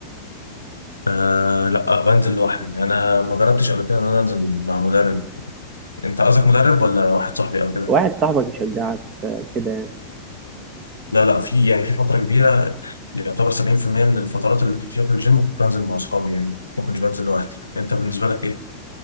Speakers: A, on the left; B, on the right.
A: آه لا بنزل لوحدي انا ما جربتش قبل كده ان انا انزل مع مدرب انت قصدك مدرب ولا واحد صاحبي او كده
B: واحد صاحبك يشجعك آه، كده يعني
A: لا لا في يعني في فتره كبيره يعتبر 70% من الفترات اللي كنت فيها في الجيم كنت بنزل مع اصحابي يعني ما كنتش بنزل لوحدي انت بالنسبه لك ايه